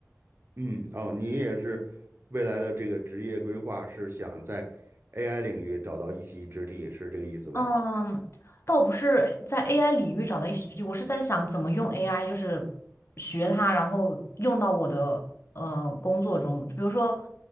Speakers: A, on the right; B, on the left.
A: 嗯哦，你也是未来的这个职业规划是想在 AI 领域找到一席之地，是这个意思吧？
B: 嗯，倒不是在 AI 领域找到一席之地，我是在想怎么用 AI，就是学它，然后用到我的呃工作中。比如说，